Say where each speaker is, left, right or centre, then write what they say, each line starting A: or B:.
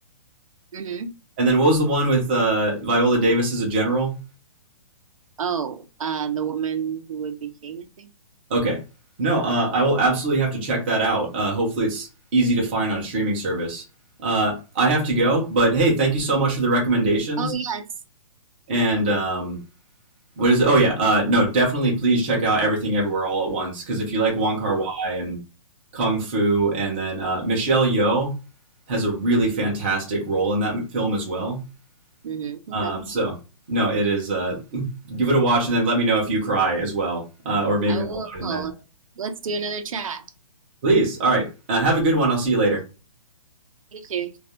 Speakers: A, on the right (about 65°); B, on the right (about 20°).
A: Mm-hmm.
B: And then what was the one with uh, Viola Davis as a general?
A: Oh, uh, the woman who would be king, I think.
B: Okay. No, uh, I will absolutely have to check that out. Uh, hopefully, it's easy to find on a streaming service. Uh, I have to go, but hey, thank you so much for the recommendations.
A: Oh, yes.
B: And um, what is? Oh yeah, uh, no, definitely. Please check out everything everywhere all at once because if you like Wong Kar
A: I will.
B: Wai and Kung Fu, and then uh, Michelle Yeoh has a really fantastic role in that m- film as well.
A: Mm-hmm. Okay,
B: Um, so no, it is. Uh, give it a watch and then let me know if you cry as well, uh, or maybe
A: I
B: I'm
A: will.
B: alone in that.
A: Let's do another chat.
B: Please. All right. Uh, have a good one. I'll see you later.
A: Thank you.